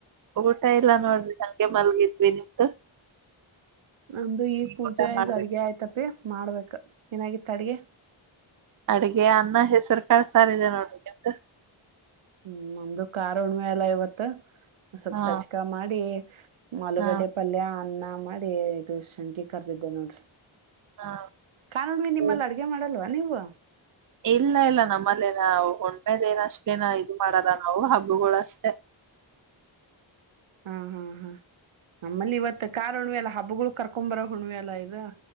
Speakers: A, on the right (about 45°); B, on the right (about 75°).
A: ಊಟ ಇಲ್ಲ ನೋಡ್ರಿ ಸಂಗೆೆ ಮಲ್ಗಿದ್ವಿ ನಿಮ್ದು
B: ನಮ್ದು ಈಗ್
A: ಈಗ
B: ಪೂಜೆ
A: ಊಟ ಮಾಡ್ಬೇಕು
B: ಈಗ ಅಡ್ಗೆ ಆಯ್ತಪಿ ಮಾಡ್ಬೇಕ ಏನಾಗಿತ್ತ ಅಡ್ಗೆ
A: ಅಡಗೆ ಅನ್ನ ಹೆಸರು ಕಾ ಸಾರಿದೆ ನೋಡ್ರಂತ
B: ಹ್ಮ್ ನಮ್ದು ಕಖಾರ್ ಉಣ್ಮೆ ಎಲ್ಲಾ ಇವತ್ ಸ್ವಲ್ಪ
A: ಹಾ
B: ಸಚ್ಕ ಮಾಡಿ ಆಲೂಗಡ್ಡೆ
A: ಹಾ
B: ಪಲ್ಯ ಅನ್ನ ಮಾಡಿ ಇದು ಶಂಖಿ ಕರ್ದಿದ್ದೆ ನೋಡ್ರಿ
A: ಹಾ
B: ಕಾನೋಡ್ವಿ ನಿಮ್ಮಲ್ಲಿ
A: ಹ್ಮ್.
B: ಅಡ್ಗೆ ಮಾಡಲ್ವ ಅ ಹ
A: ಇಲ್ಲ ಇಲ್ಲ ನಮ್ಮಲ್ಲೇನ ಹೊಣ್ಮೆದ ಏನ ಅಷ್ಟಲೇನ ಇದು ಮಾಡದ ನಾವು ಹಬ್ಬಗಳಷ್ಟೇ
B: ಹಾ ಹಾ ಹಾ ನಮ್ಮಲ್ಲಿ ಇವತ್ತು ಕಾರ್ ಹುಣ್ವೆ ಎಾ ಹಬ್ಬಗಳು ಕರ್ಕೊಂಡ್ ಬರೋ ಹುಣ್ವೆ ಎಲ್ಲಾ ಇದು